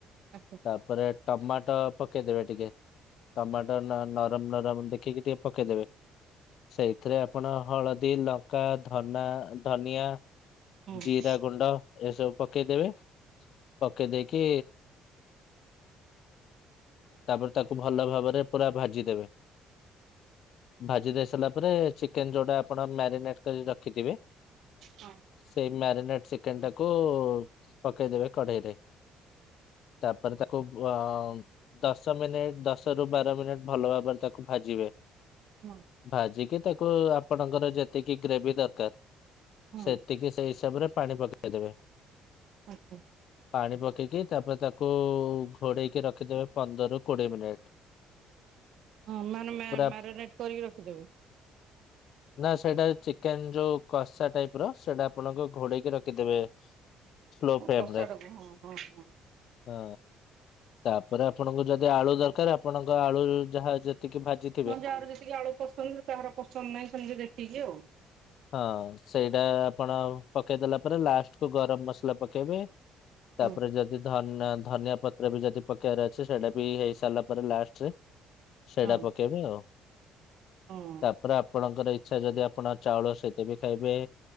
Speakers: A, on the right; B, on the left.
A: ଆଚ୍ଛା
B: ତାପରେ ଟମାଟୋ ପକେଇଦେବେ ଟିକେ ଟମାଟ ନରମ୍-ନରମ୍ ଦେଖିକି ଟିକେ ପକେଇଦେବେ। ସେଇଥିରେ ଆପଣ ହଳଦୀ ଲଙ୍କା ଧନା ଧନିଆ
A: ହୁଁ
B: ଜିରା ଗୁଣ୍ଡ ଏସବୁ ପକେଇଦେବେ। ପକେଇ ଦେଇକି ତାପରେ ତାକୁ ଭଲ ଭାବରେ ପୁରା ଭାଜିଦେବେ। ଭାଜି ଦେଇ ସାରିଲା ପରେ ଚିକେନ ଯୋଉଟା ଆପଣ ମ୍ୟାରିନେଟ କରିକି ରଖିଥିବେ
A: ହଁ
B: ସେଇ ମ୍ୟାରିନେଟ ଚିକେନ ଟାକୁ ପକେଇଦେବେ କଢେଇରେ। ତାପରେ ତାକୁ ଅ ଦଶ ମିନିଟ ଦଶ ରୁ ବାର ମିନିଟ ଭଲ ଭାବରେ ତାକୁ ଭାଜିବେ।
A: ହଁ
B: ଭାଜିକି ତାକୁ ଆପଣଙ୍କର ଯେତିକି ଗ୍ରେଭି ଦରକାର
A: ହଁ
B: ସେ ତିକି ସେଇ ହିସାବ ରେ ପାଣି ପକେଇଦେବେ।
A: ଆଛା।
B: ପାଣି ପକେଇକି ତାପରେ ତାକୁ ଘୋଡେଇକି ରଖିଦେବେ ପନ୍ଦରରୁ କୋଡିଏ ମିନିଟ।
A: ହଁ ମାନେ ମା ମ୍ୟାରିନେଟ
B: ଆପ-
A: କରିକି ରଖିଦେବି?
B: ନା ସେଇଟା ଚିକେନ ଯୋଉ କଷା ଟାଇପ ର ସେଇଟା ଆପଣଙ୍କ ଘୋଡେଇକି ରଖିଦେବେ। ସ୍ଲୋ ଫ୍ଲେମରେ।
A: କଷାଟାକୁ ହଁ ହଁ ହଁ
B: ହଁ ତାପରେ ଆପଣଙ୍କୁ ଯଦି ଆଳୁ ଦରକାର ଆ ଆପଣଙ୍କ ଆଳୁ ଯାହା ଯେତିକି ଭାଜି
A: ହଁ ଯାହାର ଯେତିକି ଆଳୁ ପସନ୍ଦ କାହାର ପସନ୍ଦ ନାହିଁ ସେମିତି ଦେଖିକି ଆଉ।
B: ହଁ ସେଇଟା ଆପଣ ପକେଇଦେଲା ପରେ ଲାଷ୍ଟ କୁ ଗରମ ମସଲା ପକେଇବେ। ତାପରେ
A: ହଁ
B: ଯଦି ଧ ଧନିଆ ପତ୍ର ବି ଯଦି ପକେଇବାର ଅଛି ସେଇଟା ବି ହେଇସାରିଲା ପରେ ଲାଷ୍ଟରେ ସେଇଟା
A: ହଁ
B: ପକେଇବେ ଆଉ।
A: ହଁ
B: ତାପରେ ଆପଣଙ୍କର ଇଚ୍ଛା ଯଦି ଆପଣ ଚାଉଳ ସହିତ ବି ଖାଇବେ